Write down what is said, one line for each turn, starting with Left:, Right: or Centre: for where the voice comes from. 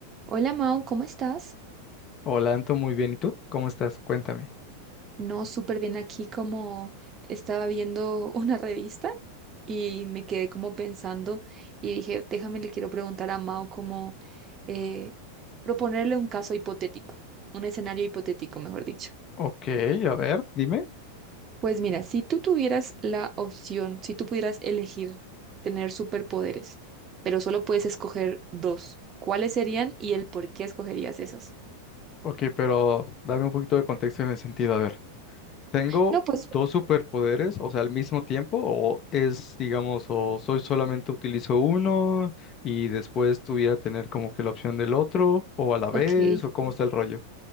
Right: Hola Mau, ¿cómo estás?
Left: Hola, Anto, muy bien. ¿Y tú? ¿Cómo estás? Cuéntame.
Right: No, súper bien aquí como estaba viendo <laughs> una revista y me quedé como pensando y dije, déjame, le quiero preguntar a Mau como eh, proponerle un caso hipotético, un escenario hipotético, mejor dicho.
Left: Ok, a ver, dime.
Right: Pues mira, si tú tuvieras la opción, si tú pudieras elegir tener superpoderes, pero solo puedes escoger dos, ¿cuáles serían y el por qué escogerías esas?
Left: Ok, pero dame un poquito de contexto en el sentido. A ver, ¿tengo
Right: No, pues,
Left: dos superpoderes, o sea, al mismo tiempo? ¿O es, digamos, o soy solamente utilizo uno y después tuviera tener como que la opción del otro, o a la
Right: ok.
Left: vez, o cómo está el rollo?